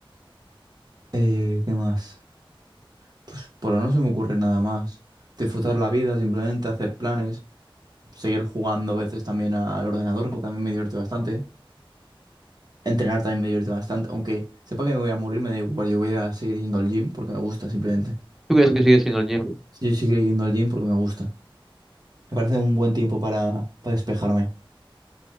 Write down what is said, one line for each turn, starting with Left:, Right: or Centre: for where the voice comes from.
Right: Eh, ¿qué más? Pues por ahora no se me ocurre nada más. Disfrutar la vida, simplemente hacer planes. Seguir jugando a veces también al ordenador, que también me divierte bastante. Entrenar también me divierte bastante. Aunque sepa que me voy a morir, me da igual. Yo voy a seguir yendo al gym porque me gusta, simplemente.
Centre: ¿Tú crees que sigue siendo el gym?
Right: Yo seguiré yendo al gym porque me gusta. Me parece un buen tiempo para, para despejarme.